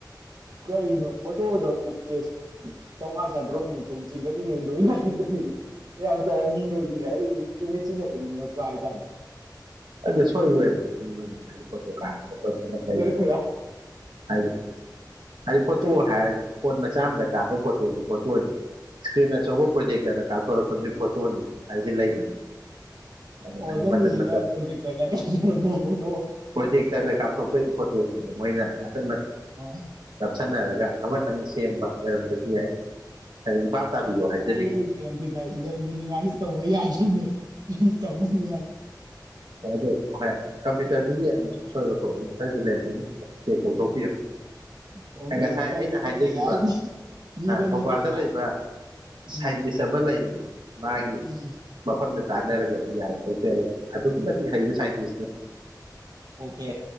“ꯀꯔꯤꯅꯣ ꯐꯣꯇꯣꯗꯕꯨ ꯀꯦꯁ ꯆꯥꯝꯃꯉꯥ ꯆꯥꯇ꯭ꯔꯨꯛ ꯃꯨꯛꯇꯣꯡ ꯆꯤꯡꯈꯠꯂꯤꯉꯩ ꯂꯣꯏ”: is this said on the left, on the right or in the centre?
Right